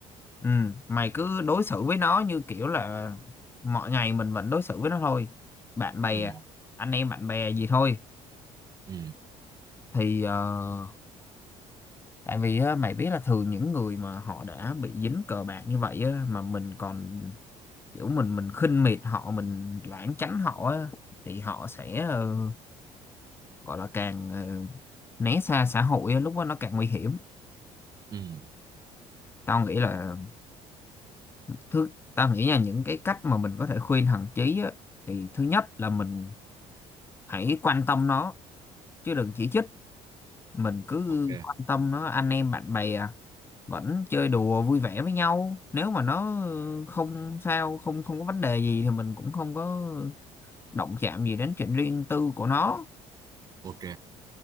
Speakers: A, on the left; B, on the right.
A: ừ, mày cứ đối xử với nó như kiểu là mọi ngày mình vẫn đối xử với nó thôi bạn bè
B: ừ
A: anh em bạn bè gì thôi
B: ừ
A: thì ờ, tại vì á, mày biết là thường những người mà họ đã bị dính cờ bạc như vậy á, mà mình còn kiểu mình mình khinh miệt họ mình lảng tránh họ á, thì họ sẽ ờ, gọi là càng ờ, né xa xã hội á, lúc đó nó càng nguy hiểm
B: ừ
A: tao nghĩ là thứ tao nghĩ là những cái cách mà mình có thể khuyên thằng Chí á, thì thứ nhất là mình hãy quan tâm nó chứ đừng chỉ trích mình cứ
B: ok
A: quan tâm nó anh em bạn bè à, vẫn chơi đùa vui vẻ với nhau nếu mà nó ừ, không sao không không có vấn đề gì thì mình cũng không có động chạm gì đến chuyện riêng tư của nó
B: ok